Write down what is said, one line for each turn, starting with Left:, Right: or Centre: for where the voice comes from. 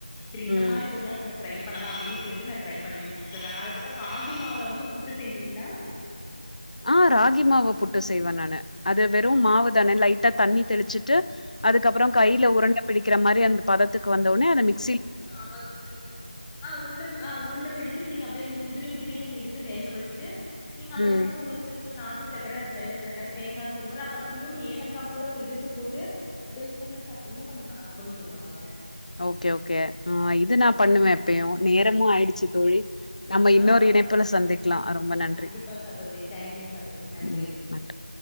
Centre: செரி இந்த
Left: ம்.
Centre: மாரி ஒரு நாள் நம்ம ட்ரை பண்ணலா அப்டின் சொல்லிட்டு நா ட்ரை பண்ணுவேங் சிஸ்டர் நா அதுக்கப்பறோ ராகி மாவுல வந்து புட்டு செய்வீங்ளா
Left: ஆ ராகி மாவு புட்டு செய்வ நானு அது வெறு
Centre: ஆ
Left: மாவு தான லை ட்டா தண்ணி தெளிச்சிட்டு அதுக்கப்பறோ
Centre: ஆ
Left: கைல உருண்ட பிடிக்கற மாரி அந்த பதத்துக்கு வந்த உட்னே அத மிக்
Centre: ஆ ஆமாங் சிஸ்டர் நீங்க உ ஆ உருண்டப் ஆ உருண்ட பிடிச்சிட் நீங்க அப்டே வந்து உதிரி உதிரியா நீங்க எடுத்து வேக வச்சுட்டு நீங்க அப்பறமேட்டுக்கு
Left: ம்.
Centre: உங்களுக் புடிச்ச மாரி நாட்டு சக்கர அது வெள்ள சக்கர தேங்கா துருவல் அப்றோ துள்யூண்டு ஏலக்கா கூட அதுல இடிச்சு போட்டு அப்டே ஸ்பூன்ல சாப்ட்டீங்னா கொஞ்சோ நல்லாருக்குன் சொல்லுவாங்க
Left: ஓகேவ் கே ஆ இது நா பண்ணுவே எப்பயு நேரமு ஆயிடுச் சி தோழி நம்ம இன்னொரு
Centre: ஆ ஓகே
Left: இணைப்புல சந்திக்லாம ரொம்ப நன்றி
Centre: கண்டிப்பா சகோதரி தேங்க்யூங்க சகோதரி நன்றி
Left: ம் நன்றி